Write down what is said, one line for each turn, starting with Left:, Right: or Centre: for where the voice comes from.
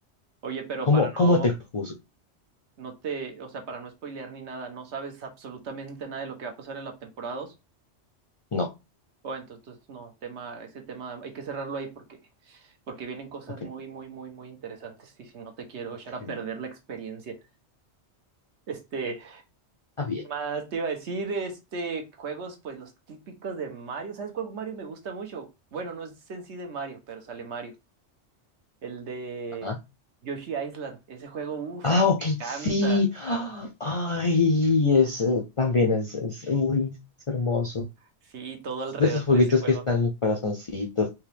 Right: Oye, pero
Left: ¿cómo,
Right: para
Left: cómo
Right: no,
Left: te juzgo?
Right: no te, o sea, para no spoilear ni nada, no sabes absolutamente nada de lo que va a pasar en la temporada 2.
Left: No,
Right: O entonces, entonces, no, tema, ese tema hay que cerrarlo ahí porque, porque vienen cosas
Left: ok.
Right: muy, muy, muy, muy interesantes. Y si no te quiero
Left: ok.
Right: echar a perder la experiencia. Este,
Left: Está bien.
Right: ¿qué más te iba a decir? Este, juegos, pues los típicos de Mario. ¿Sabes cuál Mario me gusta mucho? Bueno, no es en sí de Mario, pero sale Mario. El de
Left: Ah,
Right: Yoshi Island. Ese juego, ufa,
Left: Ah, ok,
Right: me encanta.
Left: sí. Ah, Ay, es, eh, también es, es, uy, es hermoso.
Right: Sí, todo alrededor
Left: Es de esos jueguitos
Right: de ese juego.
Left: que están en mi corazoncito.